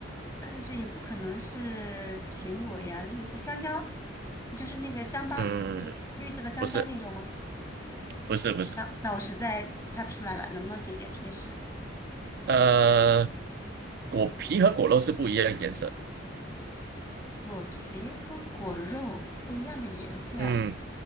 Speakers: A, on the left; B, on the right.
A: 但是也不可能是苹果呀，绿色香蕉，就是那个香巴，
B: 嗯，
A: 就绿色的香蕉那种吗？
B: 不是，不是，不是，
A: 那那我实在猜不出来了，能不能给一点提示？
B: 呃，果皮和果肉是不一样的颜色。
A: 果皮和果肉不一样的颜色，
B: 嗯。